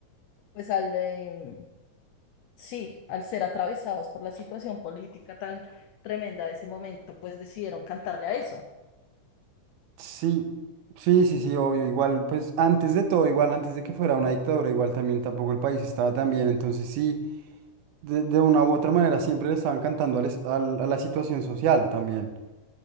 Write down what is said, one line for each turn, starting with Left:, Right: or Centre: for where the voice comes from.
Left: pues al, em, sí, al ser atravesados por la situación política tan tremenda de ese momento, pues decidieron cantarle a eso.
Right: Sí, sí, sí, sí, obvio, igual, pues antes de todo, igual, antes de que fuera una dictadura, igual también tampoco el país estaba tan bien, entonces sí, de, de una u otra manera siempre le estaban cantando al es- al- a la situación social también.